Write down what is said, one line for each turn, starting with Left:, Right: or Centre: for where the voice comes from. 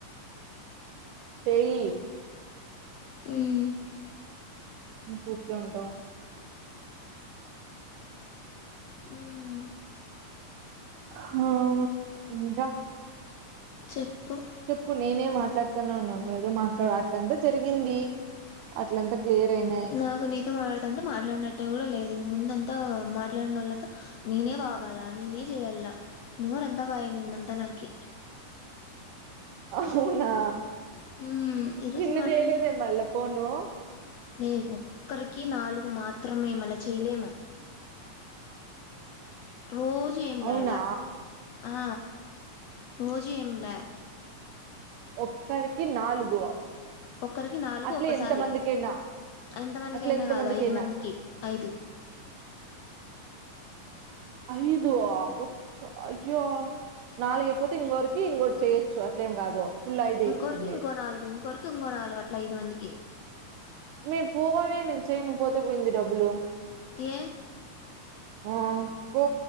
Right: చేయి
Left: ఉమ్
Right: ఉ కూర్చ ఉంటావు
Left: ఉమ్
Right: హా ఇంకా
Left: చెప్పు
Right: చెప్పు నేనే మాట్లాడుతానున్నాను ఏదో మాట్లాడ్ అట్లంతా జరిగింది అట్లంతా క్లియర్ అయినాయి
Left: నాకు నీతో మాట్లాడతంటే మాట్లాడినట్టే కూడ లేదు ముందంతా మాట్లాడినోళ్ళతో నేనే వాగల్లానా నేనే చేయాలనా నోరంత పాయె నిన్నంతా నాకి
Right: అవునా
Left: ఊ ఈ రోజు
Right: నిన్న
Left: మాట్లాడూ
Right: చేయలేదే మళ్ళా ఫోను
Left: మే ఒక్కరికి నాలుగు మాత్రమే మళ్ళ చెయ్యలేము రోజు ఏం
Right: అవునా
Left: లేడా ఆ రోజూ ఏంలా
Right: ఒక్కరికి నాలుగు
Left: ఒకరికి నాలుగు
Right: అట్లా
Left: ఒక్కసారి
Right: ఎంత మందికైనా
Left: ఎంత మందికి
Right: అట్లా
Left: అయినా
Right: ఎంత
Left: కాదు
Right: మందికైనా
Left: ఐదు మందికి ఐదు
Right: ఐదు ఆ ఒక్క అయ్యో నాలుగైపోతే ఇంగోగరికి ఇంకోటి చేయొచ్చు అట్లేం కాదు ఫుల్ ఐదు అయితుంది
Left: ఇంకొరికి ఇంకో నాలుగు ఇంకొరిక్ ఇంకో నాలుగు అట్ల ఐదు మందికి
Right: మీ పోవే నేను చేయను పోతే పోయింది డబ్బులు
Left: ఏ
Right: ఆ పో